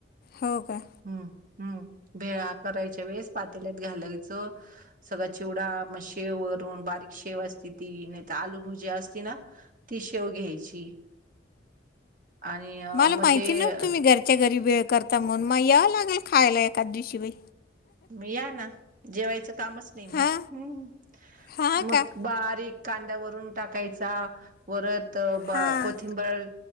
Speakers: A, on the left; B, on the right.
A: हो का?
B: हम्म हम्म भेळा करायच्या वेळेस पातेल्यात घालायचं सगळ्यां चिवडा मग शेव वरून बारीक शेव असते ती नाही तर आलू भुजिया असती ना ती शेव घ्यायची. आणि
A: मला
B: मग
A: माहिती
B: ते
A: नव्हतं तुम्ही घरच्या घरी भेळ करतां. तर म्हणुन मग याव लागेल खायला एकाचं दिवशी बाई
B: मग या ना जेवायचं कामचं नाही मग
A: हा
B: हम्म
A: हा
B: मग
A: का
B: बारीक कांदा वरून टाकायचा वरत ब
A: हा.
B: कोथिंबर